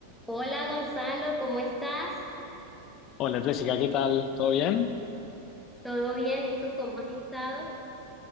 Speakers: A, in the centre; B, on the left.
A: Hola Gonzalo, ¿cómo estás?
B: Hola Jessica, ¿qué tal? ¿Todo bien?
A: ¿Todo bien? ¿Y tú cómo has estado?